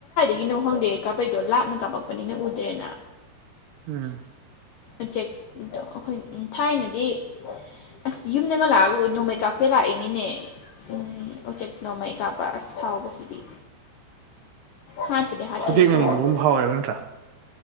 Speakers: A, on the left; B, on the right.
A: ꯒꯤꯅꯣ ꯈꯪꯗꯦ ꯀꯥꯄꯩꯗꯣ ꯂꯥꯞꯅ ꯀꯥꯞꯄꯛꯄꯅꯤꯅ ꯎꯗ꯭ꯔꯦꯅ
B: ꯎꯝ
A: ꯎꯆꯦꯛꯣ ꯑꯩꯈꯣꯏ ꯊꯥꯏꯅꯗꯤ ꯑꯁ ꯌꯨꯝꯗꯒ ꯂꯥꯛꯑꯒ ꯅꯣꯡꯃꯩ ꯀꯥꯞꯀꯦ ꯂꯥꯛꯏꯅꯤꯅꯦ ꯎꯝ ꯑꯣ ꯎꯆꯦꯛ ꯅꯣꯡꯃꯩ ꯀꯥꯞꯄ ꯑꯁ ꯁꯥꯎꯕꯁꯤꯗꯤ ꯍꯥꯠꯄꯗꯤ ꯍꯥꯠꯈꯤꯗꯦ
B: ꯐꯨꯗꯦꯛꯅꯅꯤꯡꯕ
A: ꯏꯁꯧ ꯇꯧꯕꯗ
B: ꯑꯃ ꯐꯥꯎꯋꯦꯕ ꯅꯠꯇ꯭ꯔꯥ